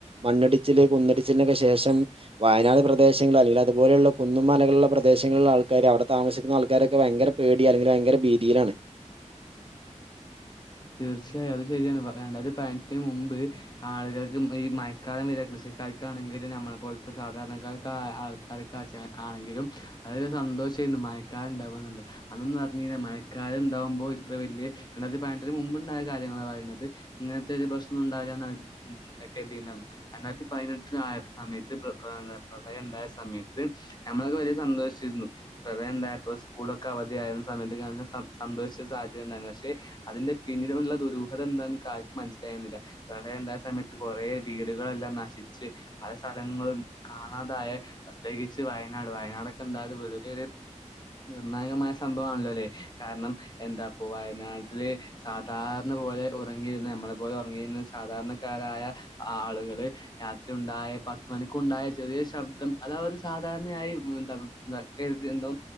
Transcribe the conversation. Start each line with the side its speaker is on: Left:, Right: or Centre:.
Right: മണ്ണിടിച്ചില് കുന്ന് ടിച്ചിലിനൊക്കെ ശേഷം വയനാട് പ്രദേശങ്ങൾ അല്ലെങ്കിൽ അതുപോലെയുള്ള കുന്നും മലകളുള്ള പ്രദേശങ്ങളിലുള്ള ആൾക്കാർ അവിടത്തെ താമസിക്കുന്ന ആൾക്കാരൊക്കെ ഭയങ്കര പേടി അല്ലെങ്കിൽ ഭയങ്കര ഭീതിയിലാണ്
Left: തീർച്ചയായും അത് ശരിയാണ് രണ്ടായിരത്തി പതിനെട്ടിന് മുമ്പ് ആളുകൾക്ക് ഈ മഴക്കാലം വര കൃഷി കായിക്കാണെങ്കിലും നമ്മൾ പോലത്തെ സാധാരണക്കാർക്ക് ആൾക്കാർക്ക് ആണെങ്കിലും അ സന്തോ ശ ആയിരുന്നു മഴക്കാലം ഉണ്ടാവണ്ട് അതൊന്ന് പറഞ്ഞ് മഴക്കാലം ഉണ്ടാവുമ്പോൾ ഇത്ര വലിയ രണ്ടായിരത്തി പതി ട്ടിന് മുമ്പുണ്ടായ കാലങ്ങളാണ് പറയുന്നത് ഇങ്ങനത്തെ ഒരു പ്രശ്നം ഉണ്ടാവില്ലയിരുന്നു രണ്ടായിരത്തി പതിനെട്ടിനായ സമയത്ത് പ്ര പ്ര പ്രളയം ഉണ്ടായ സമയത്ത് നമ്മളൊക്കെ വലിയ സന്തോഷിച്ചിരുന്നു പ്രളയ ഉണ്ടായ ഇപ്പൊ സ്കൂളൊക്കെ അവധിയായിരുന്ന സമയത്ത് എല്ലാ സ സന്തോഷിച്ച സാഹചര്യം ഉണ്ടായിരുന്നു പക്ഷെ അതിന്റെ പിന്നിൽ ഉള്ള ദുരൂഹതം എന്താ നമുക്ക് ആർക്ക് മനസ്സിലായിന്നില്ല പ്രളയ ഉണ്ടായ സമയത്ത് കുറേ വീടുകളെല്ലാം നശിച്ച് പല സ്ഥലങ്ങളും കാണാതായ പ്രത്യേകിച്ച് വയനാട് വയനാടക്കെ എന്താലും <unintelligible> നിർണായകമായ സംഭവമാണല്ലോ അല്ലെ കാരണം എന്താപ്പ വയനാട് ല് സാധാരണ പോലെ ഉറങ്ങിയിര്ന്ന നമ്മളെ പോലെ ഉറങ്ങിയിരുന്ന സാധാരണക്കാരായ ആളുക എളെ രാത്രി ഉണ്ടായ പത്ത് മണിക്കണ്ടായ ചെറിയ ശബ്ദം അത അവര് സാധാരണയായി എന്താ ന്തക്കെ എഴുതിനെന്തോ